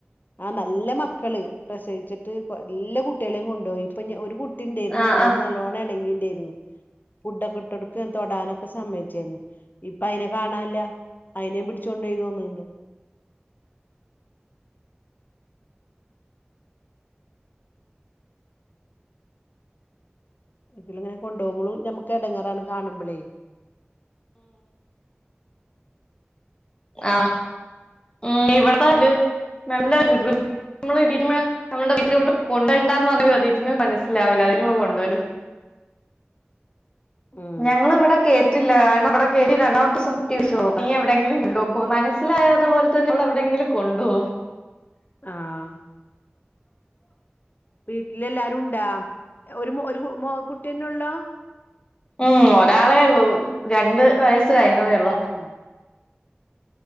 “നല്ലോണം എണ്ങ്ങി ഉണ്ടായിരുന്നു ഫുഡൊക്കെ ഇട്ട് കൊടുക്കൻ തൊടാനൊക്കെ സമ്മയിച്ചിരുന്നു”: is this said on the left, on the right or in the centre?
Left